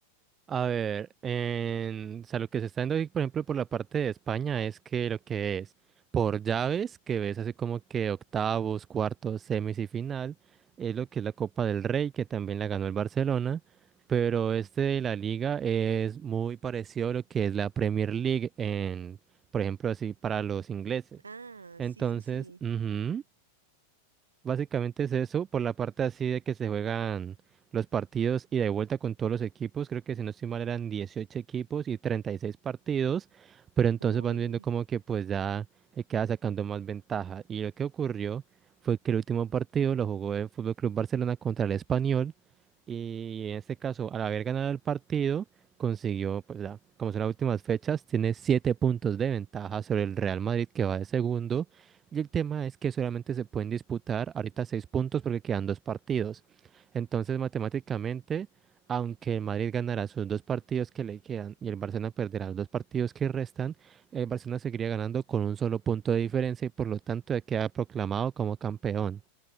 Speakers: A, on the right; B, on the right.
A: A ver, en, o sea, lo que se está viendo ahí, por ejemplo, por la parte de España es que lo que es por llaves, que ves así como que octavos, cuartos, semis y final, es lo que es la Copa del Rey, que también la ganó el Barcelona, pero este de la Liga es muy parecido a lo que es la Premier League en, por ejemplo, así para los ingleses.
B: Ah,
A: Entonces,
B: sí, sí, sí.
A: ujú. Básicamente es eso, por la parte así de que se juegan los partidos y de vuelta con todos los equipos, creo que si no estoy mal eran 18 equipos y 36 partidos, pero entonces
B: Uy.
A: van viendo como que pues ya eh, queda sacando más ventaja. Y lo que ocurrió fue que el último partido lo jugó el Fútbol Club Barcelona contra el Español y en este caso al haber ganado el partido consiguió pues ya, como son las últimas fechas, tiene 7 puntos de ventaja sobre el Real Madrid que va de segundo y el tema es que solamente se pueden disputar ahorita seis puntos porque quedan dos partidos. Entonces, matemáticamente, aunque el Madrid ganará sus dos partidos que le quedan y el Barcelona perderá los dos partidos que restan, el Barcelona seguiría ganando con un solo punto de diferencia y por lo tanto ya queda proclamado como campeón.